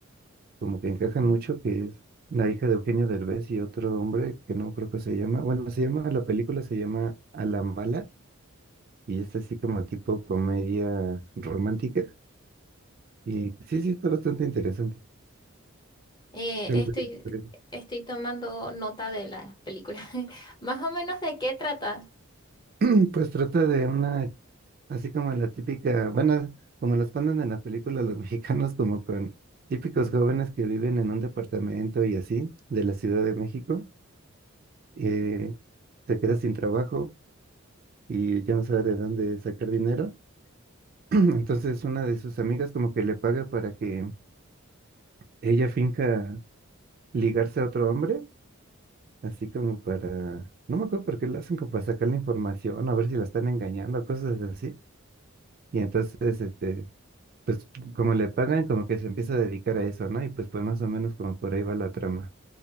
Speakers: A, on the right (about 40°); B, on the left (about 20°).
A: como que encajan mucho, que es la hija de Eugenio Derbez y otro hombre que no creo que se llama. Bueno, se llama, la película se llama A la Mala y es así como tipo comedia romántica. Y sí, sí, está bastante interesante.
B: Eh,
A: Yo
B: estoy,
A: lo-
B: estoy tomando nota de las películas. <laughs> Más o menos de qué trata,
A: <clears throat> Pues trata de una, así como la típica, bueno, como las ponen en la película los <laughs> mexicanos, como con típicos jóvenes que viven en un departamento y así, de la Ciudad de México, eh, se queda sin trabajo y ya no sabe de dónde sacar dinero. <clears throat> Entonces una de sus amigas como que le paga para que ella finca ligarse a otro hombre, así como para, no me acuerdo por qué lo hacen como para sacar la información, a ver si la están engañando, cosas así. Y entonces, este, pues como le pagan, como que se empieza a dedicar a eso, ¿no? Y pues pues más o menos como por ahí va la trama.